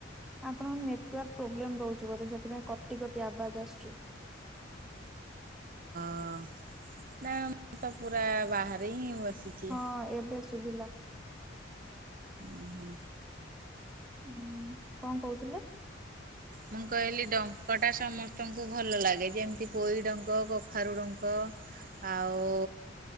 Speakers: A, in the centre; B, on the right.
A: ଆପଣଙ୍କ ନେଟୱାର୍କ ପ୍ରୋବ୍ଲେମ ରହୁଛି ବୋଧେ ସେଥିପାଇଁ କୋଟି କୋଟି ଆବାଜ ଆସୁଛି।
B: ହ ନା ମୁଁ ତ ପୁରା ବାହାରି ହିଁ ବସିଛି
A: ହଁ ଏବେ ଶୁଭିଲା।
B: ଓହୋ।
A: ହୁଁ କଣ କହୁଥିଲେ?
B: ମୁଁ କହିଲି ଡଙ୍କ ଟା ସମସ୍ତଙ୍କୁ ଭଲ ଲାଗେ ଯେମିତି ପୋଇ ଡଙ୍କ କଖାରୁ ଡଙ୍କ। ଆଉ